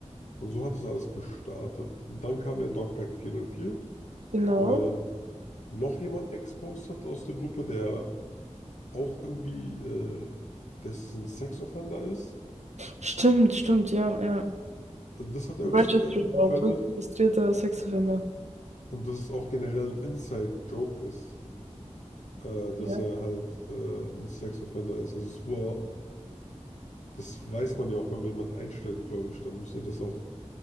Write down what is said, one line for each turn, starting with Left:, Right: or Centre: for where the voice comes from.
Left: Und so hat das alles gestartet. Und dann kam ja Dogpack 404,
Right: genau.
Left: wo er dann noch jemanden exposed hat aus der Gruppe, der auch irgendwie, äh, dessen Sex-Offender ist.
Right: Stimmt, stimmt, ja, ja.
Left: Also Das hat er ex-
Right: Registered
Left: äh, offended.
Right: auch, wirklich registrierter Sexoffender.
Left: Und dass es auch generell ein Inside-Joke ist, äh, dass
Right: Ja.
Left: er halt äh, ein Sex-Offender ist. Also es war, das weiß man ja auch, wenn man jemanden einstellt, glaube ich, dann muss er das auch